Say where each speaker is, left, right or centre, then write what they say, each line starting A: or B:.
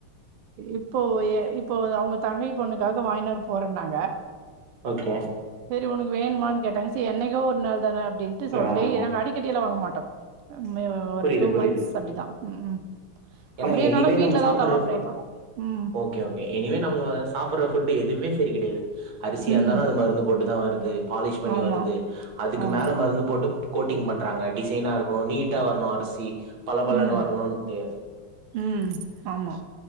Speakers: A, on the right; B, on the right.
A: இப்போ ஏ இப்போ அவங்க தங்கை பொண்ணுகீகாக வாக்கினு வரப் போறன்னாங்க
B: ஓகே
A: உனக்கு வேணுமான்னு கேட்டாங்க சே என்னைக்கோ ஒரு நாள் தான அப்டின்ட்டு சொல்லி
B: ஆமா
A: நாங்க அடிக்கடியில வாங்க மாட்டோம் மேவு ஒரு
B: புரியுது
A: டூ
B: புரியுது
A: மந்த்ஸ் அப்டிதான் ம் ம்
B: ஏன்னா
A: அப்டியேனாலு
B: எனிவே
A: வீட்லதா
B: நம்ம சாப்பிடுற
A: தவா ஃப்ரை பண்ணுவோ ம்
B: ஓகே ஓகே எனிவே நம்ம சாப்பிடற புட் எதுமே சரி கிடையாது அரிசியா
A: ம்
B: இருந்தாலும் அது மருந்து போட்டுதான் வருது பாலிஷ் பண்ணி
A: ஆமா
B: வருது அதுக்கு
A: ஆமா
B: மேல மருந்து போட்டு கோட்டிங் பண்றாங்க டிசைனா இருக்கணும் நீட்டா வரணும் அரிசி. பலபலனு
A: ம்
B: வரணும் ட்டூ
A: ம் ஆமா.